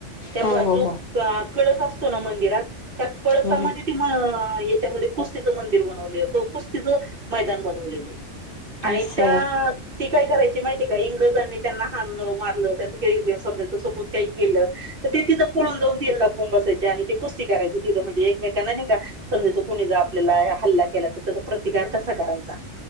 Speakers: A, on the right (about 50°); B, on the left (about 45°).
A: त्या
B: हो
A: म
B: हो
A: जो
B: हो
A: कळस असतो ना मंदिरात त्या कळसामध्ये
B: हम्म हम्म
A: त म याच्यामध्ये कुस्तीचं मंदिर बनवले कुस्तीचं मैदान बनवलेलं आहे
B: असं
A: त्या ती काय करायची मा कानी त्यांना मज का के तर तिथ पुळून जाऊन ति लापून बसायचे आणि ते कुस्ती करायची तिथं म्हणजे एकमेकांना नाही का समजाचो कुणी जा आपल्याला हल्ला केला तर त्याचा प्रतिकार कसा करायचा